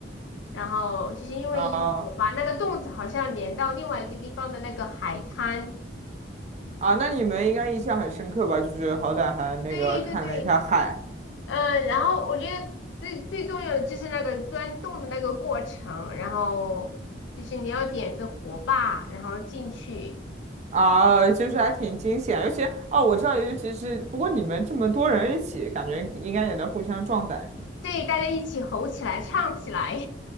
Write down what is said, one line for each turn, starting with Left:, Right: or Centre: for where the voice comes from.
Left: 然后就是因为有我把那个洞子好像连到另外一个地方的那个海滩。
Right: 啊。啊，那你们应该印象很深刻吧？就是好歹还那个看了一下海
Left: 对对对，嗯、呃然后我觉得最最重要的就是那个钻洞的那个过程，然后就是你要点着火把，然后进去，
Right: 啊，就是还挺惊险。尤其哦，我知道，尤其是不过你们这么多人一起，感觉应该也能互相壮胆什么的。
Left: 对，大家一起吼起来，唱起来，